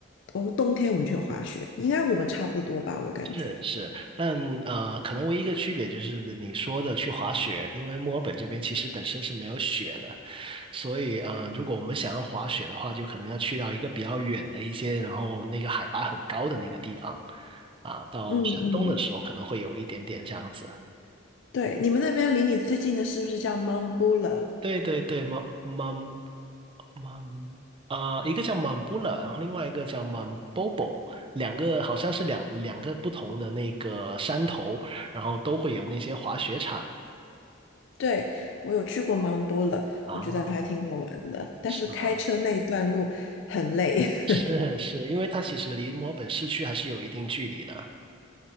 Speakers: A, on the left; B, on the right.
A: 冬冬天我们去滑雪，应该我们差不多吧，我感觉。
B: 是是，但呃，可能唯一一个区别就是你说的去滑雪，因为墨尔本这边其实本身是没有雪的，所以呃，如果我们想要滑雪的话，就可能要去到一个比较远的一些，然后那个海拔很高的那个地方啊，到山东的时候可能会有一点点这样子。
A: 嗯嗯。对，你们那边离你最近的是不是叫 Mambula？
B: 对对对，满满满啊，一个叫满布勒，然后另外一个叫满 Bobo，两个好像是两两个不同的那个山头，然后都会有那些滑雪场
A: 对，我有去过 Mambula，
B: 啊，
A: 我觉得还挺好玩的，但是开车那一段路很累。
B: 是吗？<laughs> 是是，
A: <laughs>
B: 因为它其实离墨尔本市区还是有一定距离的。